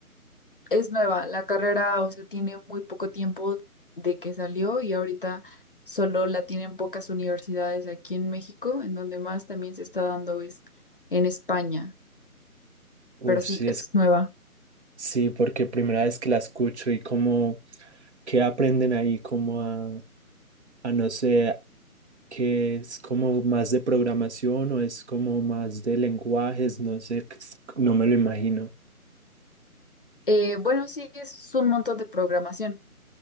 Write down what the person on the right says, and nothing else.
Uf,
sí,
es,
sí, porque primera vez que la escucho y como, ¿qué aprenden ahí? Como a, a no sé, que es como más de programación o es como más de lenguajes, no sé, es- no me lo imagino.